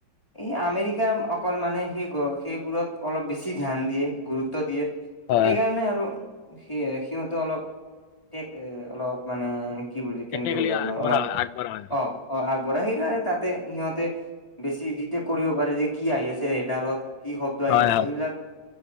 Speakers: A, on the left; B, on the left.
A: এই আমেৰিকা অকল মানে সেই সেইবোৰত অলপ বেছ- বছি ধ্যান দিয়ে, গুৰুত্ব দিয়ে।
B: হয়
A: সেইকাৰণে আৰু সি-সিহতে অলপ টেক অ-অলপ মানে কি বুলি, কেনেকে
B: টেকনিকেলি
A: বুজাম আপোনাক
B: আগবঢ়া
A: অলপ
B: আগবঢ়া হয়
A: অঁ। অ আগবঢ়া সেইকাৰণে তাতে সিহঁতে বেছি ডিটেক্ট কৰিব পাৰে যে কি আহি আছে ৰেডাৰত। কি শব্দ আহি
B: হয়
A: আছে
B: হয়
A: সেইবিলাক,